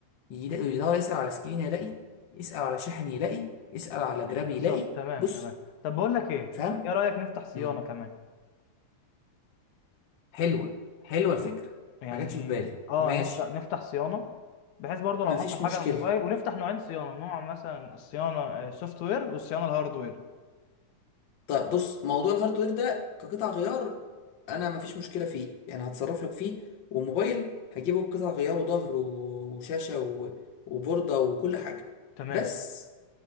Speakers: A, on the left; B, on the left.
A: يلاقي يدور يسأل على سكرين يلاقي يسأل على شاحن يلاقي يسأل على جراب
B: بالظبط
A: يلاقي
B: تمام
A: بص
B: تمام طب بقول لك ايه
A: فاهم
B: ايه رايك نفتح صيانه
A: مم.
B: كمان
A: حلوة حلوة الفكرة
B: يعني
A: ما جاتش في بالي
B: اه
A: ماشي
B: نفتح نفتح صيانه بحيث برضو لو
A: مفيش
B: حصل حاجه
A: مشكلة
B: على الموبايل ونفتح نوعين صيانه نوع مثلا الصيانه السوفت وير والصيانه الهاردوير
A: طيب بص موضوع الهاردوير ده كقطع غيار انا مفيش مشكله فيه يعني هتصرف لك فيه وموبايل هجيبه بقطع غيار وظهر وشاشه و... وبورده وكل حاجه
B: تمام
A: بس